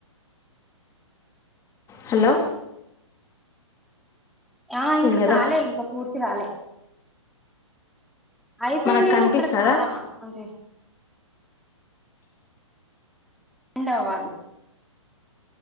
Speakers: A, on the left (about 20°); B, in the centre.
A: హాలో
B: ఆ ఇంకా
A: కదా
B: కాలే ఇంకా పూర్తి కాలే అయిపెయింది
A: మనకు
B: కనీ
A: కనిపిస్తుందా
B: అక్కడక్క ఆ అంతే ండ్ వాళి